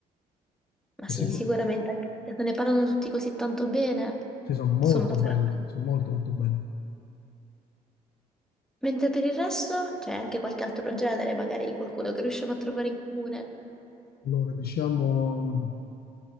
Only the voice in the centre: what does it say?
Ma
sì,
sicuramente, anche perché se ne parlano tutti così tanto bene,
insomma, sarà...
Mentre per il resto c'è anche qualche altro genere, magari qualcuno che riusciamo a trovare in comune.